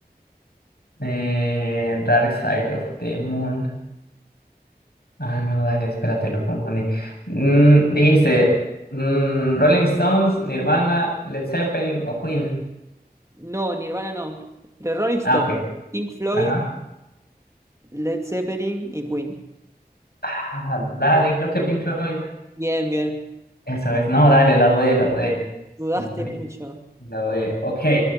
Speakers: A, on the left (about 75°); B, on the right (about 20°).
A: Eh, Dark Side of the Moon. Ah, no, dale, espérate, lo confundí. Mm, dijiste mm, Rolling Stones, Nirvana, Led Zeppelin o Queen.
B: No, Nirvana no. The Rolling Stones,
A: Ah, ok.
B: Pink Floyd,
A: Ajá.
B: Led Zeppelin y Queen.
A: Ah, dale, creo que Pink Floyd.
B: Bien, bien.
A: Eso es, no, dale, la dudé, la dudé.
B: Dudaste
A: La dudé,
B: mucho.
A: la dudé. Ok.